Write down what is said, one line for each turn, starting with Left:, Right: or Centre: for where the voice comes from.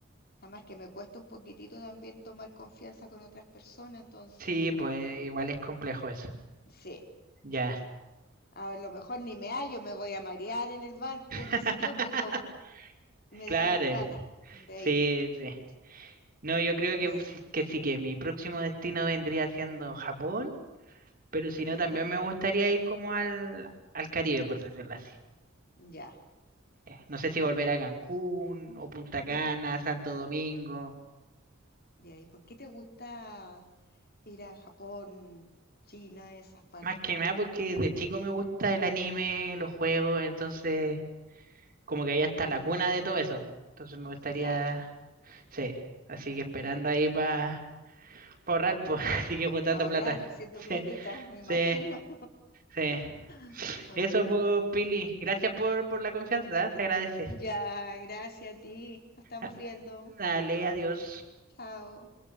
Left: Además que me cuesta un poquitito también tomar confianza con otras personas, entonces,
Right: Sí, pues igual es complejo eso.
Left: sí,
Right: Ya.
Left: a lo mejor ni me hallo, me voy a marear en el barco,
Right: <laughs>
Left: qué sé yo, pero me
Right: Claro.
Left: dan las ganas de
Right: Sí,
Left: ir.
Right: sí. No, yo creo
Left: Así-
Right: que, sí- que sí, que mi próximo destino vendría siendo Japón, pero si no,
Left: ¿Ya?
Right: también me gustaría ir como al, al Caribe, por decirlo así.
Left: Ya.
Right: No sé si volver a Cancún o Punta Cana,
Left: ¿Y,
Right: Santo Domingo.
Left: ya, ¿y por qué te gusta ir a Japón, China, esas partes?
Right: Más que nada porque de chico me gusta el anime, los juegos, entonces como que ahí está
Left: Ah,
Right: la cuna de todo eso. po. Entonces me gustaría,
Left: claro.
Right: sí, así que esperando ahí para ahorrar, pues, <laughs> así que juntando
Left: Ahorrar,
Right: plata.
Left: siendo
Right: Sí,
Left: platita, me imagino.
Right: sí, sí.
Left: <laughs> Buena.
Right: Eso, pues, Pili. Gracias por, por la confianza, ¿eh? se agradece.
Left: Ya, gracias a ti. Nos estamos
Right: Ah,
Left: viendo.
Right: Dale, adiós.
Left: Chao.